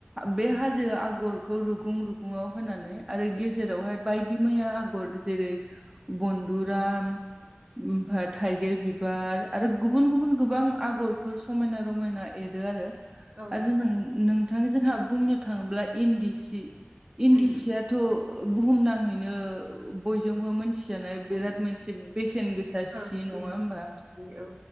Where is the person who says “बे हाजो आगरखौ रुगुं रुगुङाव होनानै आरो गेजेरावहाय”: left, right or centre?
Right